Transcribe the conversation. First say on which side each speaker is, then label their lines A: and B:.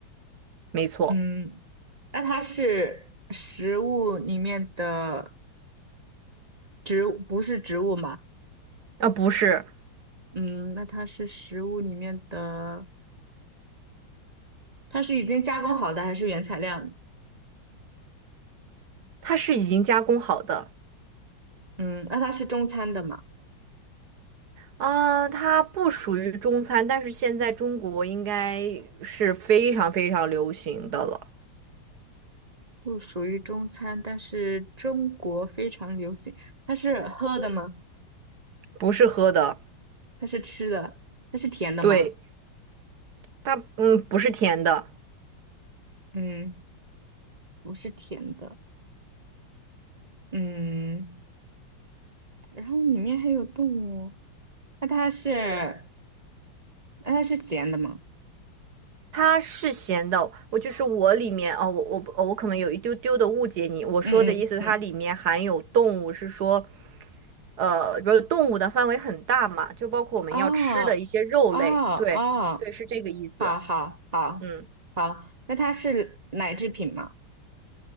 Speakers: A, on the right (about 55°); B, on the right (about 35°).
A: 没错。
B: 嗯，那它是食物里面的植物，不是植物嘛？
A: 啊，不是，
B: 嗯，那它是食物里面的，它是已经加工好的还是原材料呢
A: 它是已经加工好的，
B: 嗯，那它是中餐的嘛？
A: 啊，它不属于中餐，但是现在中国应该是非常非常流行的了，
B: 不属于中餐，但是中国非常流行。它是喝的吗？
A: 不是喝的，
B: 它是吃的？它是甜的吗？
A: 对，它嗯不是甜的，
B: 嗯。不是甜的，嗯，然后里面还有动物，那它是那它是咸的吗？
A: 它是咸的。我就是我里面哦，我我哦我可能有一丢丢的误解你，我说的意思它里面含有动物，
B: 嗯嗯嗯，
A: 是说呃，比如动物的范围很大嘛，就包括我们要吃的一些肉类，
B: 哦哦哦，
A: 对对，是这个意思，
B: 好好好好，
A: 嗯，
B: 那它是奶制品吗？